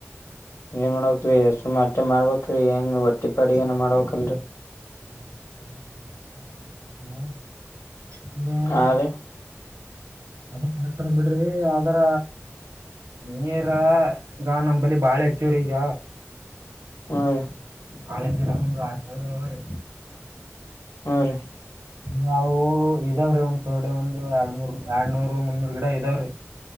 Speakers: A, on the left; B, on the right.
A: ಏನ್ ಮಾಡ್ಬೇಕ್ರೀ ಎಷ್ಟು ಮಟ್ಟೆ ಮಾಡ್ಬೇಕ್ರೀ ಹೆಂಗ ಒಟ್ಟಿ ಪಾಡಿಗೆಏನ ಮಾಡ್ಬೇಕಲ್ರರಿ
B: ಹ್ಮತ್ತ ಅತ ಹ
A: ಆ ರೀ
B: ಅದ ಕರೆಕ್ಟ್ಗ ಬಿಡ್ರಿ ಅದರ ನೀರ ಈಗ ನಂಬಂಬಳ ಬಾಳ ಹೆಚ್ಚುವರಿ ಈಗ
A: ಹಾ ರ
B: ನಾಳೆ ಗಿಡ ಒಂದು್ ವಾರ ಸಾವಿರರ
A: ಹ್ಮ್ ರೀ
B: ನಾವು ಇದಾವ್ರೀ ಒಂದ ತೋಡಿ ಒಂದು ಎರಡ್ನೂರ್ ಎರಡ್ನೂರ್ ಮುನ್ನೂರು ಗಿಡ ಎಾವ್ರೀ